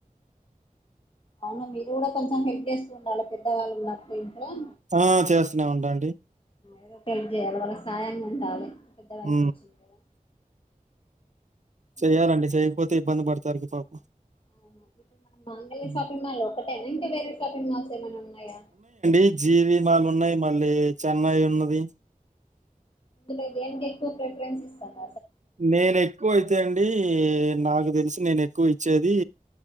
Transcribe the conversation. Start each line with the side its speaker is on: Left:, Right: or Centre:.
Left: అవునా మీరు కూడా కొంచెం హెల్ప్ చేస్తూ ఉండాలి పెద్దవాళ్ళు ఉన్నప్పుడు హలో
Right: ఆ! చేస్తూనే ఉంటాండి.
Left: ఏదో ఒక హెల్ప్ చేయాలి వాళ్ళకి సాయంగా ఉండాలి పెద్ద వయసు
Right: ఉ
Left: వచ్చింది కదా
Right: చెయ్యాలండి
Left: అయితే మరి
Right: చేయకపోతే ఇబ్బంది పడతారు ఇక పాపం
Left: అవును ఇప్పుడు మనం మాంగళ్య
Right: హ్మ్.
Left: షాపింగ్ మాల్ ఒకటేనా ఇంకా వేరే షాపింగ్ మాల్స్ ఏమైనా ఉన్నాయా
Right: ఈ జీవి మను వాళ్లే చెన్నై ఉన్నది
Left: ఇద్దు నేను దేనికి ఎక్కువ ప్రిఫరెన్స్ ఇస్తాను
Right: నేను ఎక్కువ అయితే అండి నాకు తెలుసు నేను ఎక్కువ ఇచ్చేది